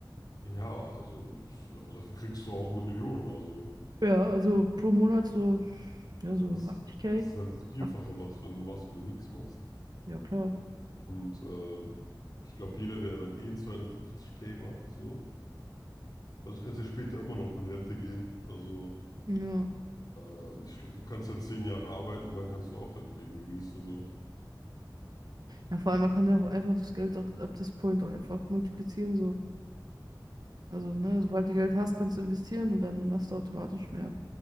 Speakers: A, on the left; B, on the right.
A: ja, also, aber dafür kriegst du auch eine Million. Also.
B: Ja, also pro Monat so, ja, so
A: Das,
B: 80k.
A: das ist halt das Vierfache
B: Ach,
A: was, wenn du machst, wenn du nichts machst.
B: ja, klar.
A: Und äh, ich glaube, jeder, der dann eh zweihundertfünfzig k macht, so, also du kannst ja später immer noch in Rente gehen. Also
B: Ja.
A: äh, ich glaube, du kannst halt zehn Jahre arbeiten und dann kannst du auch dein Leben genießen. So.
B: Ja, vor allem, man kann ja auch einfach das Geld auch ab this point auch einfach multiplizieren, so. Also, ne, sobald du Geld hast, kannst du investieren und dann machst du automatisch mehr.